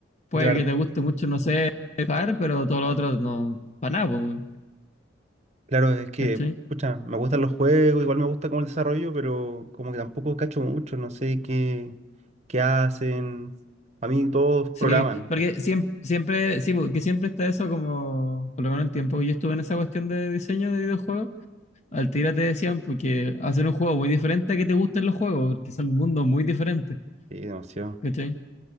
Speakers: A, on the left; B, on the right.
A: puede
B: la verdad
A: que te guste mucho, no sé, dibujar, pero todo lo otro no, para nada, po,
B: Claro, es que,
A: ¿cachai?
B: pucha, me gustan los juegos, igual me gusta como el desarrollo, pero como que tampoco cacho mucho, no sé qué, qué hacen. A mí todos programan.
A: Sí, porque
B: ca-
A: siempre, siempre, sí, porque siempre está eso como, por lo menos el tiempo que yo estuve en esa cuestión de diseño de videojuegos, al tira te decían porque hacer un juego muy diferente a que te gusten los juegos, porque son mundos muy diferentes,
B: Sí, demasiado.
A: ¿cachai?